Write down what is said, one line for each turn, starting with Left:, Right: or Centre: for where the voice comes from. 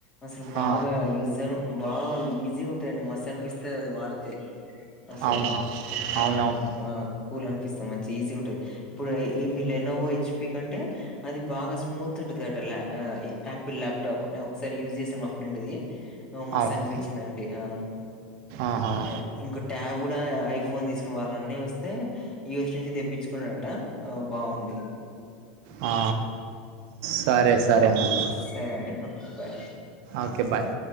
Left: అసలు బాగా
Right: ఆ
Left: యూజన్ బాగా ఈజీగా ఉంటదండి మస్త్ అనిపిస్తాది అది వాడితే అసలు
Right: అవునా
Left: ఆ
Right: అవునవును
Left: ఆ కూల్ అనిపిస్తా మంచిగా ఈజీ ఉంటది ఇప్పుడు ఇవి లెనోవో హెచ్‌పి కంటే అది బాగా స్మూత్ ఉంటాదట ల్య అ యాపిల్ ల్యాప్టాప్ నేను ఒకసారి యూజ్ చేశా మా ఫ్రెండ్‌ది ఆ మస్త్
Right: అవునా
Left: అనిపిచిందండి ఆ
Right: ఆహా
Left: అది ఇంకో ట్యాబ్ కూడా ఐఫోన్ తీసుకునే వాళ్ల అన్నయ్య వస్తే యుఎస్ నుంచి తెప్పిచుకున్నాడట ఆ బాగుంది
Right: ఆ సరే సరేనండి
Left: సరే అండి. ఓకే. బాయ్.
Right: Okay bye